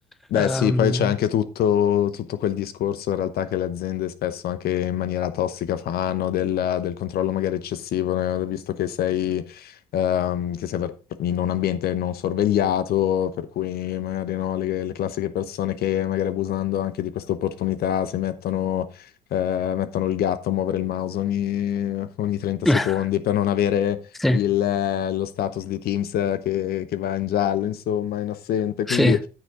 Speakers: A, on the left (about 50°); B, in the centre.
A: Beh
B: Ehm,
A: sì, poi c'è anche tutto, tutto quel discorso in realtà che le aziende spesso anche in maniera tossica fanno del, del controllo magari eccessivo, né? visto che sei, ehm, che sei per- in un ambiente non sorvegliato, per cui magari no, le, le classiche persone che magari abusando anche di questa opportunità si mettono, eh, mettono il gatto a muovere il mouse ogni, ogni 30
B: <laughs>
A: secondi per non avere
B: sì,
A: il, eh, lo status di Teams che, che va in giallo, insomma, in assente.
B: sì,
A: Quindi...